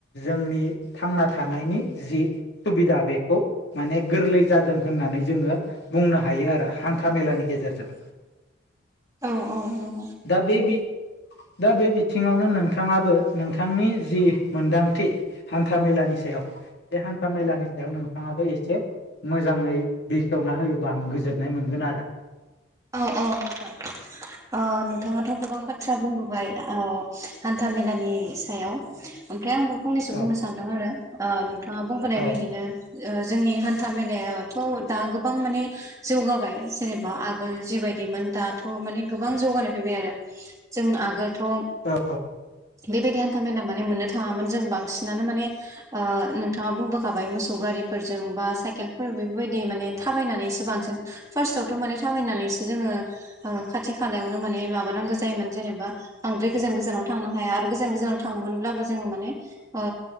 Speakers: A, on the left; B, on the right.
A: जोंनि थांना थानायनि जि सुबिदा बेखौ माने गोरलै जादों होननानै जोङो बुंनो हायो आरो हान्था मेलानि गेजेरजों।
B: औ औ नंगौ।
A: दा बे बि दा बे बिथिङावनो नोंथाङाबो नोंथांनि जि मोनदांथि। हान्था मेलानि सायाव बे हान्था मेलानि
B: औ
A: सायाव नोंथाङाबो एसे मोजाङै बेखेवना होयोबा आं गोजोननाय मोनगोन आरो
B: औ औ नोंथां। ओ नोंथाङाथ‌ गोबां बाथ्रा बुंबोबाय ओ हान्था मेलानि सायाव। ओमफ्राय आंबो फंनैसो
A: औ
B: बुंनो सानदों आरो ओ नोंथाङा बुंबोनाय
A: औ
B: बायदिनो। ओ जोंनि हान्था मेलायावथ दा गोबां माने जौगाबाय जेनेबा आग गोल जिबायदिमोन दाथ माने गोबां जौगानाय फैबाय आरो जों आगोलथ
A: औ
B: बेबायदि हान्था मेला माने मोननो थाङामोन जों बांसिनानो माने ओ नोंथाङा बुंबोखाबाय मोसौ गारिफोरजों बा साइकेलफोर बेफोरबायदि माने थाबायनानैसो बांसिन। फार्स्टआवथ माने थाबायनानैसो जोङो ओ खाथि खालायावनो माने माबानांगौ जायोमोन जेनेबा बांद्राय गोजान गोजानाव थांनो हाया आरो गोजान गोजानाव थांमोनब्लाबो जोङो माने ओ